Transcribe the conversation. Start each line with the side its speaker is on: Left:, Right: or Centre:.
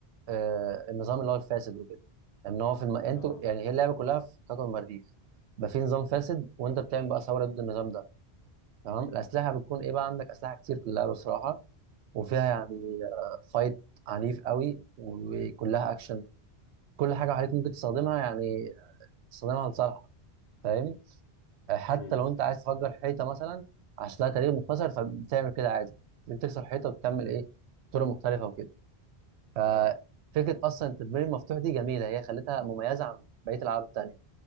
Right: آه النظام اللي هو الفاسد وكده ان هو في الم... انتوا
Left: اه
Right: يعني هي اللعبه كلها في كوكب المريخ بقى في نظام فاسد وانت بتعمل بقى ثوره ضد النظام ده تمام الاسلحه بتكون ايه بقى عندك اسلحه كتير في اللعبه الصراحه وفيها يعني فايت عنيف قوي وكلها اكشن كل حاجه عليك ممكن تستخدمها يعني تستخدمها لصالحك فاهم آه، حتى
Left: مم.
Right: لو انت عايز تفجر حيطه مثلا عشان لها تاريخ مختصر فبتعمل كده عادي بتكسر حيطه وبتعمل
Left: مم.
Right: ايه طرق مختلفه وكده ففكره
Left: اه
Right: اصلا التدمير المفتوح دي جميله هي خلتها مميزه عن بقيه الالعاب التانيه